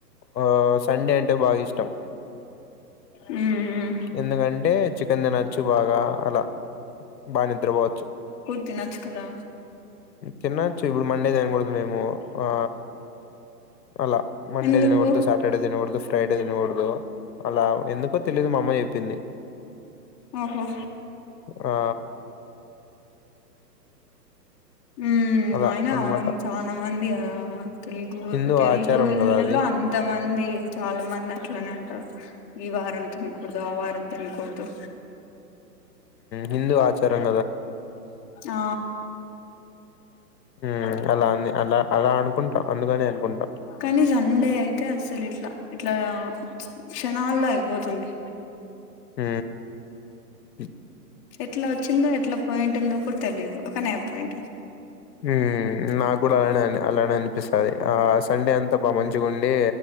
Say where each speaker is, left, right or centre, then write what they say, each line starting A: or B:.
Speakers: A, on the left; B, on the left.
A: ఆ సండే అంటే బా ఇష్ టం
B: ఉమ్
A: ఎందుకంటే చికెన్ తినొచ్చు బాగా అలా బా నిద్రపోవచ్చు
B: తినచ్చు కదా
A: తినచ్చు, ఇప్పుడు మండే తినకూడదు మేము ఆ అలా మండే
B: ఎందుకు
A: దినగూడదు సాటర్డే దినగూడదు ఫ్రై తినకూడదు అలా ఎందుకో తెలియదు మా అమ్మ చెప్పింది
B: ఆఓహో
A: ఆ
B: హ్మ్
A: అలా
B: అయిన
A: అన్నమాట
B: అవును చాలా మంది తెలుగు
A: హిందూ
B: తెలుగు
A: ఆచారం
B: ఇండ్లలో
A: కదా అది
B: అంత మంది ఉంది చాలా మంది అట్లనే అంటారు ఈ వారం తినకూడదు ఆ వారం దినకూడదు
A: హిందూ ఆచారణ
B: ఆ
A: ఉ అలా అని అలా అలా అనుకుంటా అందుకనే అనుకుంటా
B: కానీ సండే అయితే అసలు ఇట్లా ఇట్లా క్షణాల్లో అయిపోతుంది
A: హ అ
B: ఎట్లా వచ్చిందో ఎట్లా పోయింట్ అందో కూడా తెలియదు ఒక నయి పాయింట్
A: ఉ నాకు కూడా అలానేను అలా ఎన్ పిస్తుంది ఆ సండే అంతా బాగా మంచిగా ఉండి